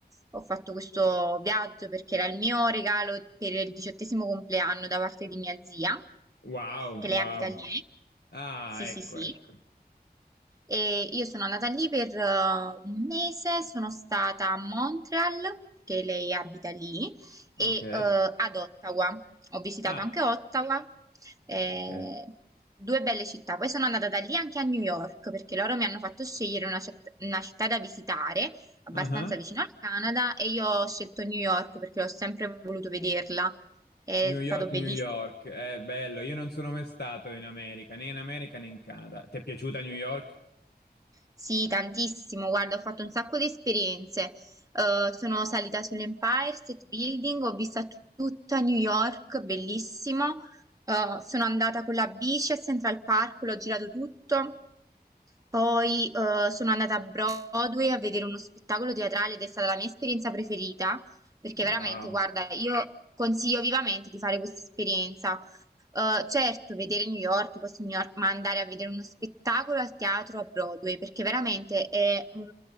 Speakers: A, on the right (about 20°); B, on the left (about 75°).
A: Ho fatto questo viaggio perché era il mio regalo per il diciottesimo compleanno da parte di mia zia,
B: Wow,
A: che lei
B: wow.
A: abita lì.
B: Ah,
A: Sì,
B: ecco,
A: sì, sì.
B: ecco.
A: E io sono andata lì per eh, un mese, sono stata a Montreal, perché lei abita lì, e
B: Ok.
A: eh, ad Ottawa. Ho visitato
B: Ah,
A: anche Ottawa, eh,
B: ok.
A: due belle città. Poi sono andata da lì anche a New York, perché loro mi hanno fatto scegliere una citt- una città da visitare, abbastanza
B: Ah.
A: vicino al Canada, e io ho scelto New York perché l'ho sempre voluto vederla. È
B: New York,
A: stato bellissimo.
B: New York, è bello. Io non sono mai stato in America, né in America né in Canada. Ti è piaciuta New York?
A: Sì, tantissimo. Guarda, ho fatto un sacco di esperienze. Eh, sono salita sull'Empire State Building, ho visto tutta New York, bellissimo. Eh, sono andata con la bici a Central Park, l'ho girato tutto. Poi eh, sono andata a Broadway a vedere uno spettacolo teatrale ed è stata la mia esperienza preferita, perché
B: Wow,
A: veramente, guarda, io consiglio vivamente di fare questa esperienza. Uhm, certo vedere New York, i posti di New York, ma andare a vedere uno spettacolo al teatro a Broadway, perché veramente è un